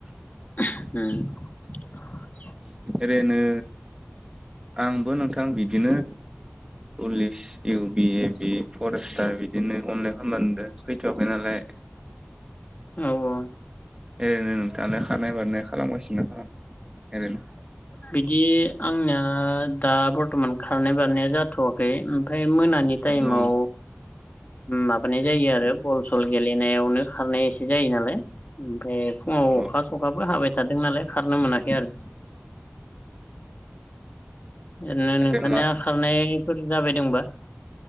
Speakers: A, on the left; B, on the right.
A: ओम
B: एरैनो आंबो नोंथां बिदिनो पुलिस इउ बि एबि फरेस्टार बिदिनो अनलाइन खालामना दोन फैथ'वाखै नालाय।
A: औ औ।
B: एरैनो नोंथाङालाय खारनाय बारनाय खालामगासिनो ना खालाम एरैनो?
A: बिदि आंनिया दा बरथ'मान खारनाय बारनाया जाथ थ'वाखै ओमफ्राय मोनानि टाइमाव
B: औ
A: माबानाय जायो आरो बल सल गेलेनायावनो खारनाय एसे जायो नालाय ओमफ्राय फुङाव
B: औ
A: अखा सखाबो हाबाय थादों नालाय खारनो मोनाखै आरो। ओरैनो नोंथांनिया
B: ओरै मा
A: खारनायफोर जाबाय दंबा?